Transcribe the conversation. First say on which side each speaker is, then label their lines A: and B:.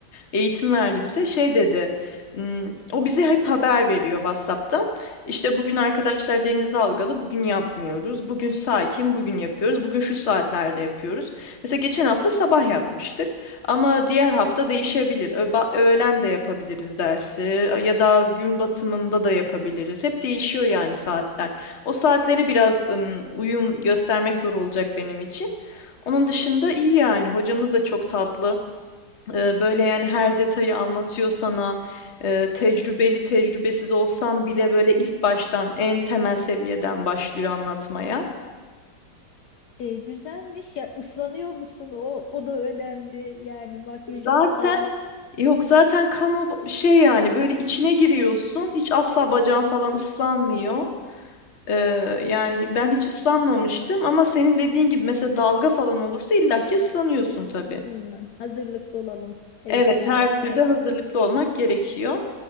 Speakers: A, on the left; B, on the left.
A: eğitim verdi bize. Şey dedi. "Hmm, O bize hep haber veriyor WhatsApp'tan. İşte bugün arkadaşlar deniz dalgalı, bugün yapmıyoruz. Bugün sakin, bugün yapıyoruz. Bugün şu saatlerde yapıyoruz. Mesela geçen hafta sabah yapmıştık ama diğer hafta değişebilir. Öba- öğlen de yapabiliriz dersi ya da gün batımında da yapabiliriz. Hep değişiyor yani saatler. O saatlere biraz ım, uyum göstermek zor olacak benim için. Onun dışında iyi yani. Hocamız da çok tatlı. E, Böyle yani her detayı anlatıyor sana. E, tecrübeli tecrübesiz olsam bile böyle ilk baştan en temel seviyeden başlıyor anlatmaya.
B: Ee, güzelmiş ya ıslanıyor musun o o da önemli yani makyajımız
A: Zaten
B: falan
A: yok zaten kano şey yani böyle içine giriyorsun. Hiç asla bacağın falan ıslanmıyor. E, yani ben hiç ıslanmamıştım ama senin dediğin gibi mesela dalga falan olursa illaki ıslanıyorsun tabii.
B: Hmm, hazırlıklı olalım her
A: Evet
B: ihtimale
A: her türlü
B: karşı
A: hazırlıklı olmak gerekiyor.